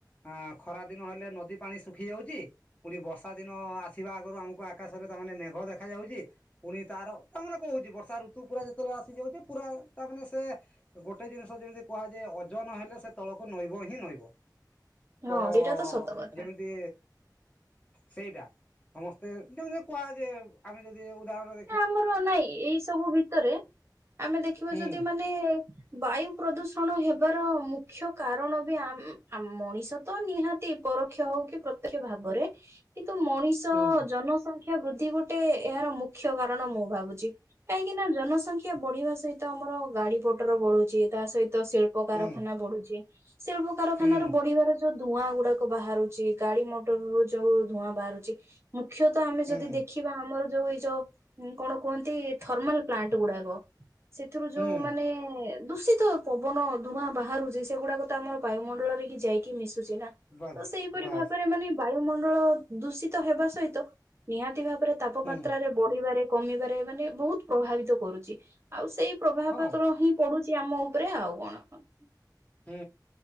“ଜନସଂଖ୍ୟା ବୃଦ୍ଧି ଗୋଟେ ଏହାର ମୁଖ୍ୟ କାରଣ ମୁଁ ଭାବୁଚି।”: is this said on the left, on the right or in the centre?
Right